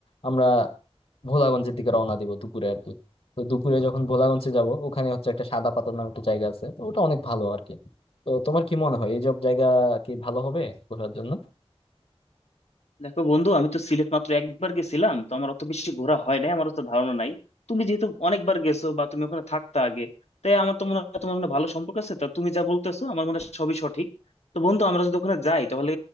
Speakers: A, on the left (about 60°); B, on the left (about 80°).
A: আমরা ভোলাগঞ্জের দিকে রওনা দিব দুপুরে আর কি তো দুপুরে যখন ভোলাগঞ্জে যাব ওখানে হচ্ছে একটা সাদা পাথর নামে একটা জায়গা আছে তো ওটা অনেক ভালো আর কি তো তোমার কি মনে হয় এই সব জায়গা কি ভালো হবে ঘোরার জন্য
B: দেখো বন্ধু আমি তো সিলেট মাত্র একবার গেছিলাম তো আমার অত বেশি ঘোরা হয় নাই আমার অত ধারণা নাই তুমি যেহেতু অনেকবার গেছো বা তুমি ওখানে থাকতে আগে তাই আমার তো মনে হয় তোমার মনে হয় ভালো সম্পর্ক আছে তা তুমি যা বলতেছো আমার মনে হয় সবই সঠিক তো বন্ধু আমরা যদি ওখানে যাই তাহলে